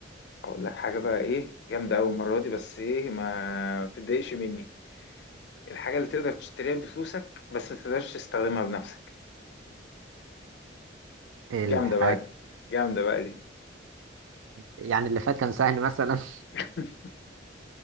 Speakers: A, on the left; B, on the right.
A: هقول لك حاجه بقى ايه جامده أوي المره دي بس ايه ما تتضايقش مني الحاجه اللي تقدر تشتريها بفلوسك بس ما تقدرش تستخدمها بنفسك
B: الحاجة
A: جامده بقى دي جامده بقى دي
B: يعني اللي فات كان سهل مثلا <laughs>
A: <laughs>